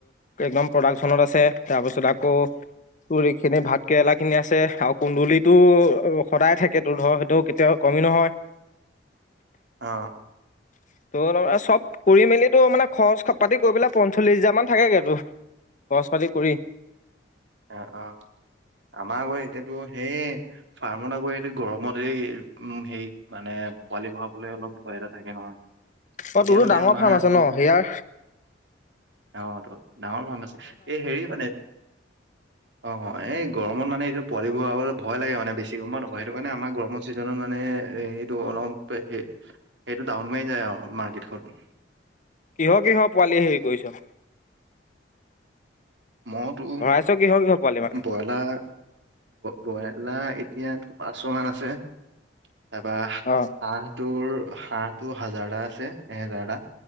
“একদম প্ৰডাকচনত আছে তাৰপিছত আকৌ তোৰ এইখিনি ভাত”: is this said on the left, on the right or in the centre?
Left